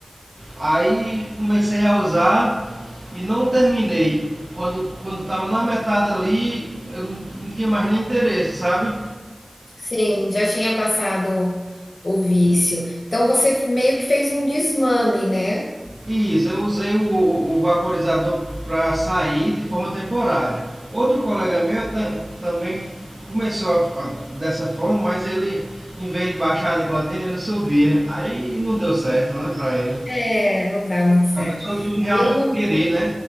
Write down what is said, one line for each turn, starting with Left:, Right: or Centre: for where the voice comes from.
Right: Aí comecei a usar e não terminei. Quando quando estava na metade ali, eu não não tinha mais nem interesse, sabe?
Left: Sim, já tinha passado o vício. Então você meio que fez um desmame, né?
Right: Isso, eu usei o, o- o vaporizador para sair de forma temporária. Outro colega meu também começou a- a- dessa forma, mas ele, em vez de baixar a nicotina, ele subia. Aí não deu certo, né, para ele.
Left: É, não dá muito certo.
Right: A pessoa tem que realmente
Left: Eu no
Right: querer, né,